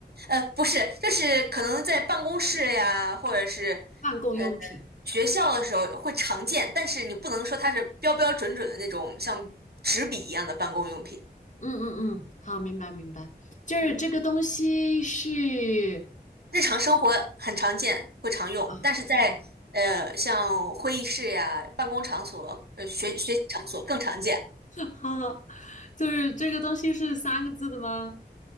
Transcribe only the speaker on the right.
呃，不是，就是可能在办公室呀，或者是呃
学校的时候会常见，但是你不能说它是标标准准的那种像纸笔一样的办公用品。
嗯，日常生活很常见，会常用，
但是在呃像会议室呀、
办公场所、呃学学习场所更常见。